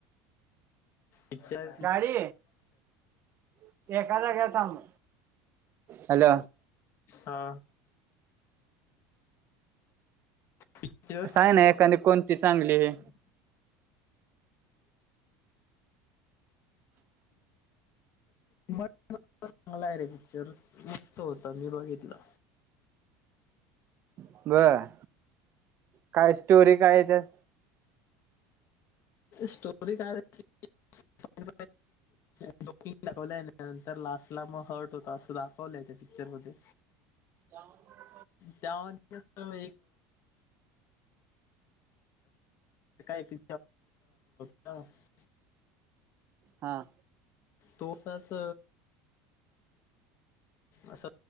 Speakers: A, on the left; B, on the right.
A: पिक्चर
B: गाडी एका जाग्यावर थांब हॅलो
A: <unintelligible> हा पिक्चर
B: सांग ना एखांदी कोणती चांगली हे.
A: <inaudible> <unintelligible> मला ये रे पिक्चर मस्त होता, मी बघितला.
B: बरं काय स्टोरी काय त्यात?
A: स्टोरी काय त्याची <unintelligible> दाखवलाय त्या नंतर लास्ट ला म हर्ट होता अस दा खवलय त्या पिक्चर मध्ये.
B: <inaudible>
A: त्या <unintelligible> एक <unintelligible>
B: हा
A: तो असाच असं